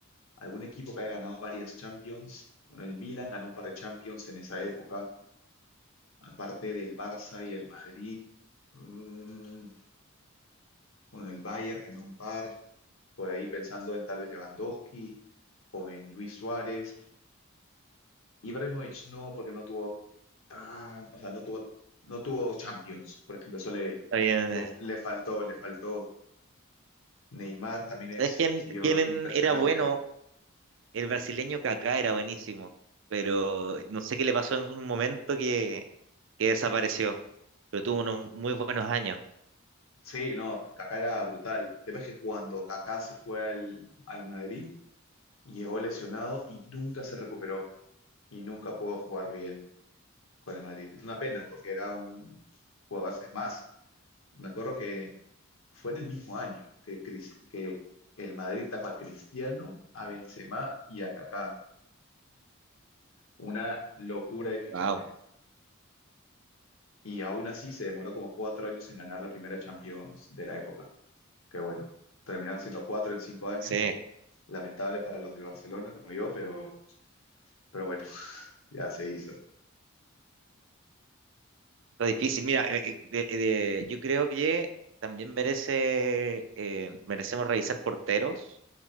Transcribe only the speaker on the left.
Algún equipo que haya ganado varias Champions. Bueno, el Milan ganó un par de Champions en esa época, aparte del Barça y el Madrid. Mm, bueno, el Bayern ganó un par. Por ahí pensando en tal vez Lewandowski, o en Luis Suárez. Ibrahimovic no, porque no tuvo tan, o sea, no tuvo, no tuvo Champions. Por ejemplo, eso le,
le,
le faltó, le faltó Neymar también
es,
ha sido
impresionante.
Sí, no, Kaká era brutal. El tema es que cuando Kaká se fue al, al Madrid, llegó lesionado y nunca se recuperó y nunca pudo jugar bien con el Madrid. Es una pena porque era un jugador, es más, me acuerdo que fue en el mismo año que, Cris- que el Madrid tapó a Cristiano, a Benzema y a Kaká. Una locura de fichajes.
Y aún así se demoró como cuatro años en ganar la primera Champions de la época. que bueno, terminaron siendo cuatro en cinco años.
Lamentable para los del Barcelona como yo, pero, pero bueno, <laughs> ya se hizo.